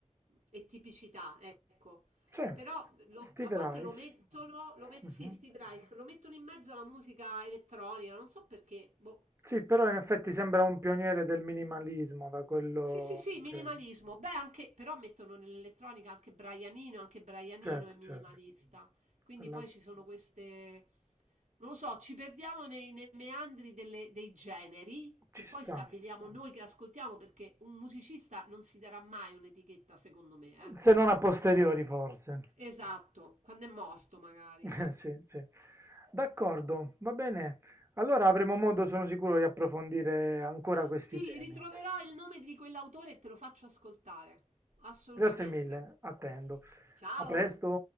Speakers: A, on the right; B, on the right.
A: e tipicità, ecco.
B: sì,
A: Però lo-
B: Steve
A: a volte
B: Reich.
A: lo mettono, lo met-
B: Mhm.
A: sì, Steve Reich, lo mettono in mezzo alla musica elettronica, non so perché, boh.
B: Sì, però in effetti sembra un pioniere del minimalismo, da quello
A: Sì, sì, sì, minimalismo.
B: che...
A: Beh, anche, però mettono nell'elettronica anche Brianino, anche Brianino
B: Certo,
A: è minimalista.
B: certo,
A: Quindi
B: Alla-
A: poi ci sono queste, non lo so, ci perdiamo nei, nei meandri delle- dei generi che
B: ci
A: poi
B: sta.
A: stabiliamo noi che ascoltiamo perché un musicista non si darà mai un'etichetta, secondo me, eh.
B: Se non a posteriori, forse.
A: Esatto, quando è morto magari.
B: <laughs> Sì, sì. D'accordo, va bene. Allora avremo modo, sono sicuro, di approfondire ancora questi
A: Sì,
B: temi.
A: ritroverò il nome di quell'autore e te lo faccio ascoltare. Assolutamente.
B: Grazie mille, attendo.
A: Ciao!
B: A presto.